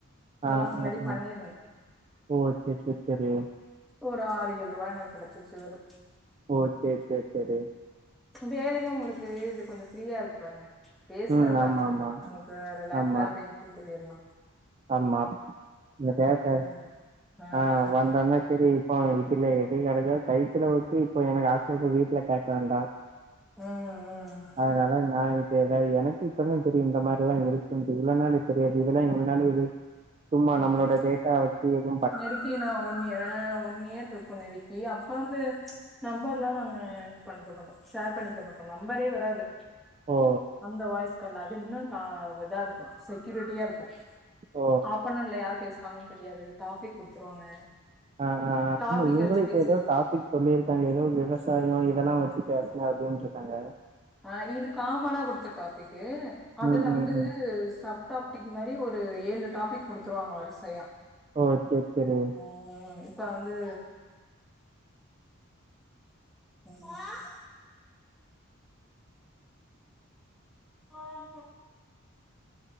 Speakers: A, in the centre; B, on the right.
A: இதெல்லா
B: ஆ
A: முன்னாடி
B: ஆ
A: பண்ணிருந்தே
B: ஆ. ஓ சரி சரி சரி.
A: ஒரு ஆறு ஏழ் ருவா எனக்கு கெடச்சுச்சு இதுல
B: ஓ சேரி சேரி சேரி
A: வேலையு உங்களுக்கு இது கொஞ்சோ ஃப்ரீயா இருக்கு பாருங்க பேசுறது
B: ம். ஆமாமா.
A: தானே நமக்கு ரிலாக்ஸா
B: ஆமா ஆமா.
A: பேசிட்டு பொய்ரலா
B: ஆமா இல்ல கேட்டே
A: பண்ணுது ஆஹ்
B: ஆ வந்த ஒன்னே செரி ஆ இதுல எதுவு கெடைச்சா கை செலவுக்கு இப்ப எனக்கு ஹாஸ்டல்க்கு வீட்ல கேக்க வேண்டா
A: உம் உம்
B: அதனால நா இ எதா எனக்கு இப்பதா தெரியு இந்த மாரில்லா இருக்குன்ட்டு இவ்ளோ நாளா எனக்கு தெரியாது இதெல்லா இவ்ளோ நாள் இது சும்மா நம்மளோட
A: உம்
B: டேட்டா வச்சி எது
A: நெருக்கி நா ஒன் யா ஒன் இயர் இருக்கு நெருக்கி அப்ப வந்து நம்பர்ல்லா நாங்க இது பண்ணிக்க மாட்டோ ஷேர் பண்ணிக்க மாட்டோ நம்பரே வராது
B: ஓ
A: அந்த வாய்ஸ் கால்ல அது இன்னு கா இதா இருக்கு செக்யூரிட்டியா இருக்கு
B: ஓ
A: ஆப்பொனேண்ட்ல யார் பேசுறாங்கன்னு தெரியாது டாபிக் குடுத்துருவாங்க
B: ஆ ஆ
A: டாபிக்
B: ஆமா இவங்களு
A: வச்சு
B: இப்ப
A: பேசிட்டு
B: ஏதோ டாபிக் சொல்லிருக்காங்க ஏதோ விவசாயோ இதெல்லா வச்சு பேசணு அப்டின்னுருக்காங்க
A: ஆ இது காமனா குடுத்த டாபிக்கு அதுல
B: ம் ம்
A: வந்து
B: ம்
A: சப் டாபிக் மாரி ஒரு ஏழு டாபிக் குடுத்துருவாங்க வருசையா
B: ஓ சேரி சேரி
A: ம் இப்ப வந்து ம் ஆம்